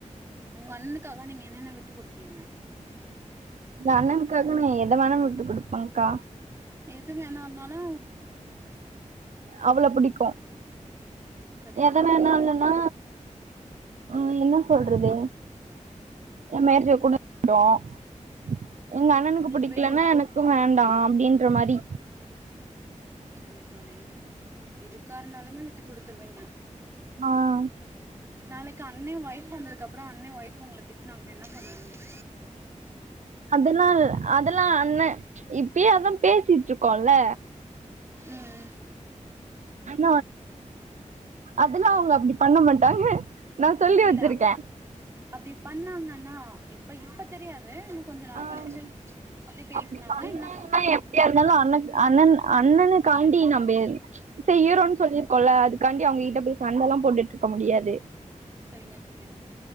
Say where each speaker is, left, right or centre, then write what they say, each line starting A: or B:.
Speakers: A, on the right; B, on the right.
A: உங்க அண்ணனுக்காக நீங்க என்னென்ன விட்டு குடுப்பீங்க
B: என் அண்ணனுக்காக நா எதவேனா விட்டு கொடுப்பேன்கா
A: எது வேணான்னாலு
B: அவளோ புடிக்கு
A: சரி
B: எதனாலன்னா
A: ஓகே
B: ஆ என்னா சொல்றது ஏ மேரேஜிய கூட <unintelligible> எங்க அண்ணனுக்கு
A: உங்களுக்கு
B: புடிக்கலனா
A: பிரேக்
B: எனக்கும் வேண்டா <unintelligible> அப்டின்ற மாரி
A: செரிங்க தோழி எதுக்காருந்தாலுமே விட்டு குடுத்துருவீங்க
B: ஆ
A: நாளைக்கு அண்ணன் ஒய்ஃப்பு வந்ததுக்கு அப்புறம் அண்ன ஒய்ஃப் உங்கள திட்னாங்கன்ன என்ன பண்ணுவிங்க
B: அதெல்லாம் அதெல்லாம் அண்ணன் இப்பயே அதான் பேசிட்டு இருக்கோம்ல
A: உம்
B: <unintelligible> அதெல்லாம் அவுங்க அப்படி பண்ண மாட்டாங்க நா சொல்லி
A: இல்ல
B: வச்சிருக்கே
A: அப்படி பண்ணாங்கனா ரா இப்ப இப்ப தெரியாது கொஞ்ச நாள்
B: ஹ்
A: கழிச்சு அப்டி பேசுனாங்கன்னா
B: அப்படி அண்ணன்னா
A: என்ன பண்ணுவே
B: எப்பிடியா இருந்தாலும் அண்ண அப் அண்ணன் அண்ண அண்ணனு காண்டி நம்ம செய்யறோம்ன்னு சொல்லிருக்கோம்ல இதுக்காண்டி அவங்ககிட்ட போய் சண்டெல்லாம் போட்டுட்டு இருக்க முடியாது
A: சரிங்க தோழி